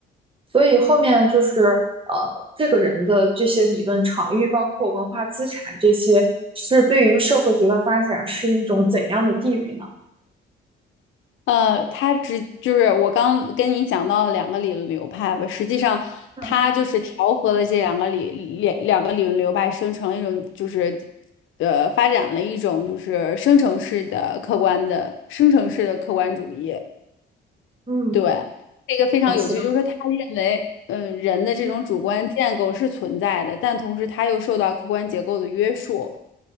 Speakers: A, on the right; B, on the left.
A: 所以后面就是呃，这个人的这些理论场域，包括文化资产这些，是对于社会学的发展是一种怎样的地位呢？
B: 呃，他只就是我刚跟你讲到的两个理论流派吧，实际上他就是调和了这两个理两两个理论流派，
A: 嗯
B: 生成了一种就是呃发展了一种就是生成式的客观的生成式的客观主义。
A: 嗯，
B: 对，这个非常有趣，
A: 嗯是的，
B: 就是说他认为。嗯，人的这种主观建构是存在的，
A: 嗯，
B: 但同时他又受到客观结构的约束，